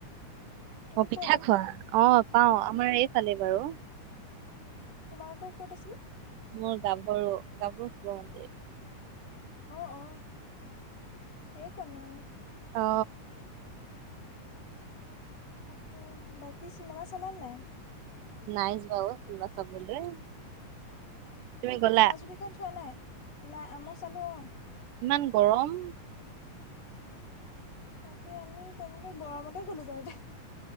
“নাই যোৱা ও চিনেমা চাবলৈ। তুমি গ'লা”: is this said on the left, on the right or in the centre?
Right